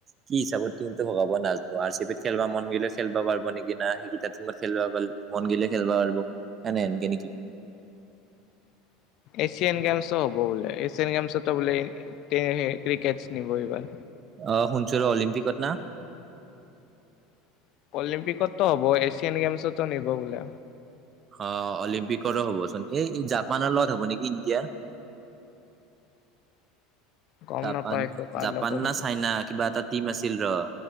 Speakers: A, on the right; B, on the left.
A: কি হিচাপত টিমটো ভগাব নাজনো আৰ। চি বিত খেলবা মন গ'লে খেলবা পাৰব নেকি না সেইকেইটা টীমত খেলবা <inaudible> মন গিলে খেলবা পাৰিব। এনে হেনকে নেকি?
B: এছিয়ান গেমছো হ'ব বোলে। এছিয়ান গেমছোতো বোলে এ- তে- ক্ৰিকেটছ নিব এইবাৰ।
A: অ' শুনছোঁ ৰ'। অলিম্পিকত না?
B: অলিম্পিকততো হ'ব। এছিয়ান গেমছতো নিব বোলে।
A: অ' অলিম্পিকৰো হ'বচোন। এই ই জাপানৰ লগত হ'ব নেকি ইণ্ডিয়াৰ?
B: গম
A: জাপান-
B: নাপায় এইটো কাৰ
A: জাপান
B: লগত
A: না
B: হ'ব।
A: চাইনা কিবা এটা টিম আছিল ৰ'।